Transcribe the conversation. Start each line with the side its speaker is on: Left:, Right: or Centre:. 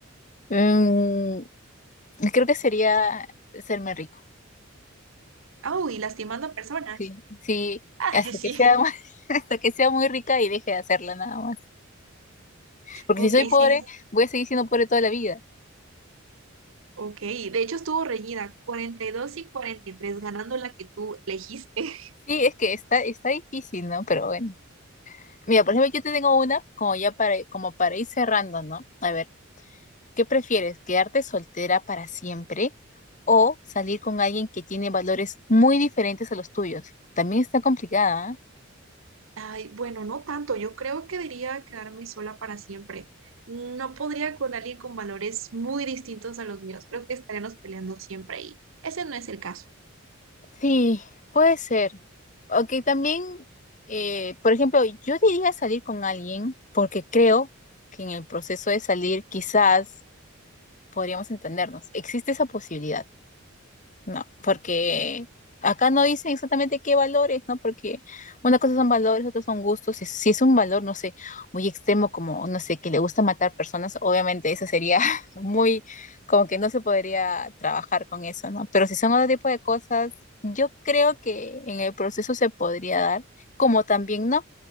Left: Mm, creo que sería serme rico.
Right: Oh, y lastimando a personas.
Left: Sí, sí,
Right: Ah,
Left: hasta
Right: <laughs> sí,
Left: que sea, mu- <laughs> hasta que sea muy rica y deje de hacerla nada más. Porque
Right: ok,
Left: si soy pobre,
Right: sí,
Left: voy a seguir siendo pobre toda la vida.
Right: ok. De hecho estuvo reñida, 42 y dos y cuarenta y tres ganando la que tú elegiste.
Left: Sí, es que está, está difícil, ¿no? Pero bueno. Mira, por ejemplo, yo te tengo una como ya para, como para ir cerrando, ¿no? A ver, ¿qué prefieres? ¿Quedarte soltera para siempre o salir con alguien que tiene valores muy diferentes a los tuyos? También está complicada, ¿ah?
Right: <laughs> Ay, bueno, no tanto, yo creo que diría quedarme sola para siempre. No podría con alguien con valores muy distintos a los míos, creo que estaremos peleando siempre y ese no es el caso.
Left: Sí, puede ser. Ok, también, eh, por ejemplo, yo diría salir con alguien porque creo que en el proceso de salir quizás podríamos entendernos. Existe esa posibilidad. No, porque acá no dicen exactamente qué valores, ¿no? Porque una cosa son valores, otros son gustos. Si, si es un valor, no sé, muy extremo, como, no sé, que le gusta matar personas, obviamente eso sería <laughs> muy, como que no se podría trabajar con eso, ¿no? Pero si son otro tipo de cosas, yo creo que en el proceso se podría dar, como también no.